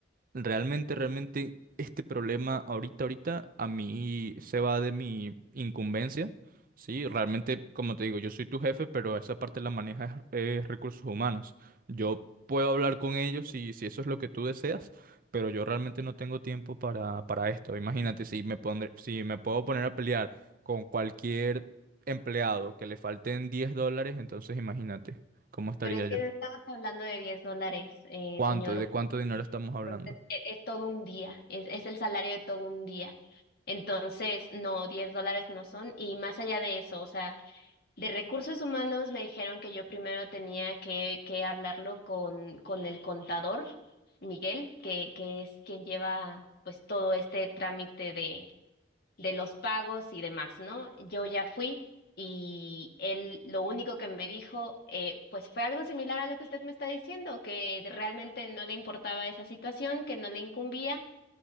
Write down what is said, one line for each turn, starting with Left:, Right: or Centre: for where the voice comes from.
Right: Realmente, realmente, este problema ahorita, ahorita, a mí se va de mi incumbencia, ¿sí? Realmente, como te digo, yo soy tu jefe, pero esa parte la maneja eh, recursos humanos. Yo puedo hablar con ellos si, si eso es lo que tú deseas, pero yo realmente no tengo tiempo para, para esto. Imagínate, si me pondré, si me puedo poner a pelear con cualquier empleado que le falten 10 dólares, entonces imagínate cómo estaría
Left: pero es
Right: yo.
Left: que no estamos hablando de 10 dólares, eh,
Right: ¿Cuánto?
Left: señor.
Right: ¿De cuánto dinero estamos hablando?
Left: Entonces, e- es, todo un día, es, es el salario de todo un día. Entonces, no, 10 dólares no son. Y más allá de eso, o sea, De recursos humanos me dijeron que yo primero tenía que, que hablarlo con, con el contador, Miguel, que, que es quien lleva pues todo este trámite de, de los pagos y demás, ¿no? Yo ya fui y él lo único que me dijo eh, pues fue algo similar a lo que usted me está diciendo, que realmente no le importaba esa situación, que no le incumbía